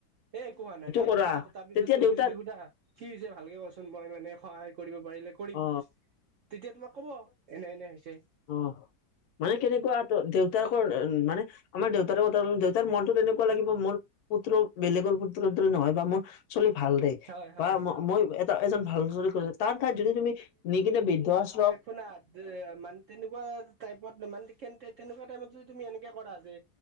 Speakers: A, on the right; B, on the left.
A: এই একো হোৱা নাই তাৰপি
B: কৰা
A: তাৰ তাৰপিছত
B: তেতিয়া
A: তুমি
B: দেউতাৰ
A: যদি সুধা কি হৈছে ভালকে কচোন মই মানে সহায় কৰিব পাৰিলে কৰিম।
B: অ
A: তেতিয়া তোমাক কব, এনে এনে হৈছে।
B: অহ মানে কেনেকুৱা ত দেউতাকৰ অন মানে আমাৰ দেউতাৰ কথাৰ দেউ তাৰ মনতো তেনেকুৱা লাগিব, মোৰ পুত্ৰ বেলেগৰ পুত্ৰৰ দৰে নহয় বা মোৰ ছোৱালী ভাল দে।
A: হয় হয়
B: বা ম মই এটা এজন ভাল হচৰি কৈছো তাৰ ঠাইত যদি তুমি নিকিনে বৃদ্ধ আচ
A: একো না আ দে মানে তেনেকুৱা টাইপত মানে কেনতে তেনেকুৱা টাইপত যদি তুমি এনেকে কৰা যে